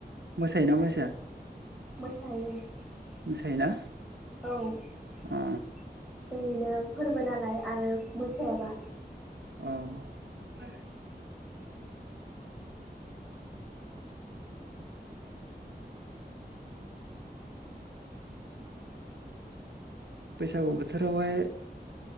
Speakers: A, on the right (about 80°); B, in the centre.
A: मोसायोना मोसाया?
B: मोसायो
A: मोसायोना
B: औ जोंनिनो
A: अ
B: फोर नालाय आरो मोसायाबा
A: औ बैसागु बोथोरावहाय